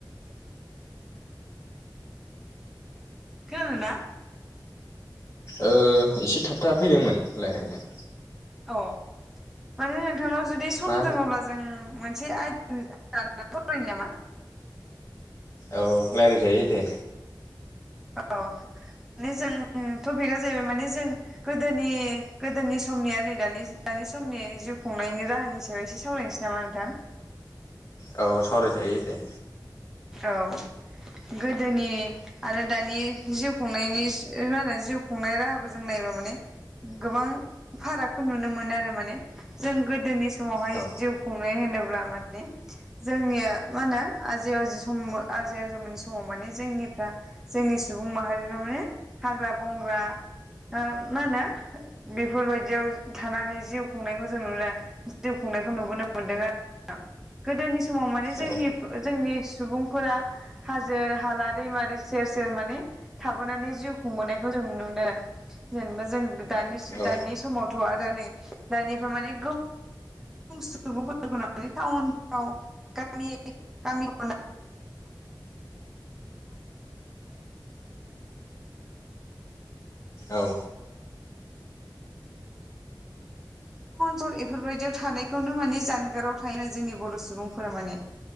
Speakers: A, in the centre; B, on the left (about 40°).
A: खोनादों ना?
B: ओ एसे थाबथा फैदोंमोन रायलायनाया
A: अ माने नोंथांनाव जुदि सम
B: मा
A: दोङब्ला जों मोनसे आयदानि बागै सावरायनि नामा?
B: औ रायलायजायो दे
A: औ माने जों टपिकआ जाहैबाय माने जों गोदोनि गोदोनि समनि आरो नै दानि समनि जिउ खुंनायनि राहानि सायाव एसे सावरायनोसै नामा नोंथां।
B: औ सावराय जायो दे।
A: औ गोदोनि आरो दानि जिउ खुंनायनि मा होनो जिउ खुंनाय राहाखौ जों नायबा माने गोबां फारागखौ नुनो मोनो आरो माने जों गोदोनि समावहाय
B: औ
A: जिउ खुं खुंनाय होनोब्ला माने जोंनिया मा होनो आजै आजौ आजै आजौमोननि समाव माने जोंनिफ्रा जोंनि सुबुं माहारिफ्रा माने हाग्रा बंग्रा ओ मा होनो बेफोर बायदियाव थानानै जिउ खुंनायखौ जों नुबोदों जिउ खुंनायखौ नुबोनो मोनदों आरो गोदोनि समाव माने जोंनि
B: औ
A: जोंनि सुबुंफोरा हाजो हाला दैमारि सेर सेर माने थाबोनानै जिउ खुंबोनायखौ जों नुनो मोनदों आरो जेनेबा जों दा
B: औ
A: दानि समावथ' आरो नै दानिफ्राय माने सुबुंफोरखौ मे टाउनफ्रा गामि गामि <unintelligible> टावन
B: औ
A: सहर इफोरबादिआव थानायखौ नो माने जानगार आव थानाय‌ जोंनि बर'सुबुं फोरा माने